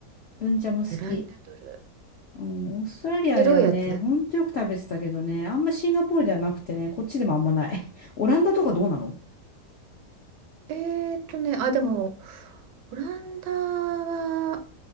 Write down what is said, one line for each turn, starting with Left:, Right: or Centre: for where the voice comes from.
Left: ブンチャも好き。
Right: グライナドル。
Left: うん、オーストラリアではね、
Right: 白いやつ
Left: ほんとよく食べてたけどね、あんまシンガポールではなくてね、こっちでもあんまない。<laughs> オランダとかどうなの
Right: えーっとね、あ、でも、オランダは